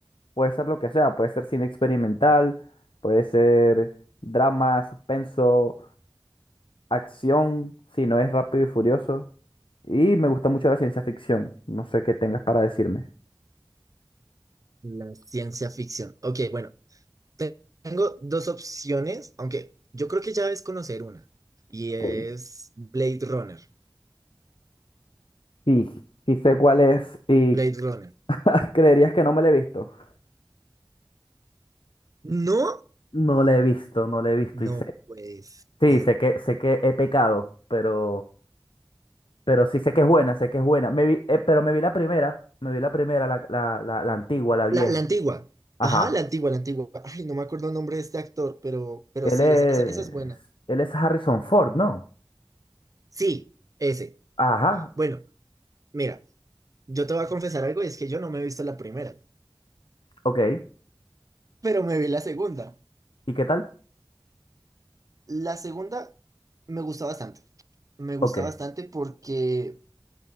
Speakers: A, on the left (about 85°); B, on the right (about 40°).
A: Puede ser lo que sea, puede ser cine experimental, puede ser drama, suspenso, acción, si no es rápido y furioso. Y me gusta mucho la ciencia ficción. No sé qué tengas para decirme.
B: La ciencia ficción. Ok, bueno, te- tengo dos opciones, aunque yo creo que ya es conocer una, y
A: Ok.
B: es Blade Runner.
A: Sí, sí sé cuál es y
B: Blade Runner.
A: <laughs> creerías que no me la he visto.
B: No,
A: No la he visto, no la he visto
B: No
A: y sé.
B: puede ser.
A: Sí, sé que, sé que he pecado, pero, pero sí sé que es buena, sé que es buena. Me vi, eh, pero me vi la primera, me vi la primera, la, la, la, la antigua, la vieja.
B: La, la antigua.
A: Ajá.
B: Ajá, la antigua, la antigua. Ay, no me acuerdo el nombre de este actor, pero, pero
A: Él
B: sí,
A: es,
B: esa, esa, esa es buena.
A: él es Harrison Ford, ¿no?
B: Sí, ese.
A: Ajá,
B: Bueno, mira, yo te voy a confesar algo, y es que yo no me he visto la primera,
A: ok.
B: pero me vi la segunda.
A: ¿Y qué tal?
B: La segunda me gusta bastante. Me gusta
A: Ok.
B: bastante porque